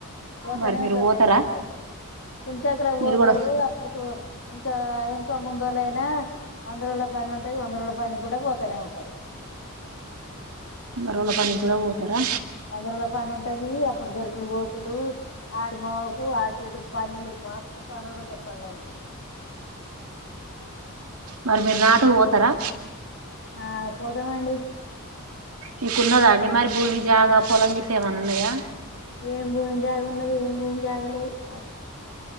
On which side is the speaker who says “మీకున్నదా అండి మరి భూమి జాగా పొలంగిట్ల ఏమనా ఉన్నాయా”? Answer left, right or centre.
Right